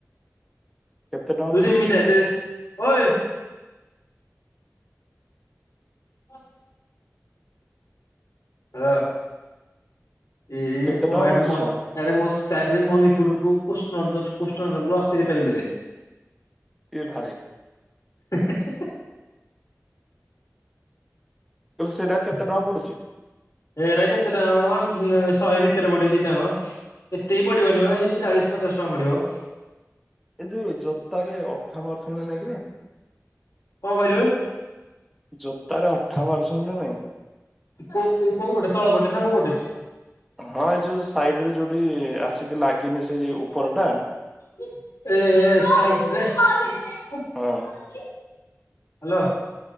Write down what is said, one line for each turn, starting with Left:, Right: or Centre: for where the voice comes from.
Centre: କେତେ ଟଙ୍କା
Left: ତୁ
Centre: ପଡୁଛି
Left: ଯେମିତିକା
Centre: ସେଇଟା
Left: ଦେ ଓଏ ହଁ ହଁ ଏଇ
Centre: କେତେ
Left: ପହା
Centre: ଟଙ୍କା ପଡୁଛି
Left: ଏଟା ମର
Centre: ସେଇଟା
Left: ଆରେ ମୋ ସ୍କାରରେ ମୋ ରିପୋଟକୁ କୃଷ୍ଣନ୍ଦୋଯ କୃଷ୍ଣନନ୍ଦ ପୁର ଅଶିରେ ପେଲିଦେଲେ।
Centre: ଏ ଭାଇ।
Left: ହେ ହେ
Centre: ଆଉ ସେଇଟା କେତେ ଟଙ୍କା ପଡୁଚି।
Left: ଏରା କେତେ ଟଙ୍କା ମ ଉ ଶହେ ଭିତରେ ପଡିବ ଦିଟାଙ୍କ। ଏତିବି ପଡିବନିମ ଏଇ ଚାଳିଶ ପଚାଶ ଟଙ୍କା ପଡିବ।
Centre: ଏଇ ଯୋଉ ଜୋତାରେ ଅଠା ମାରୁଚନ୍ତି ନା ନାଇଁ କିରେ।
Left: କଣ କହିଲୁ।
Centre: ଜୋତାରେ ଅଠା ମାରୁଚନ୍ତି ନା ନାଇଁ।
Left: କୋଉ କୋଉ କୋଉପଟେ ତଳ ପଟେ ନା କୋଉ ପଟେ।
Centre: ହଁ ଏଇ ଯୋଉ ସାଇଟିରେ ଯୋଉଠି ଆସିକି ଲାଗିନି ସେଇ ଉପର ଟା
Left: ଏ ଏ ସାଇଟିରେ ହ୍ୟାଲୋ
Centre: ହଁ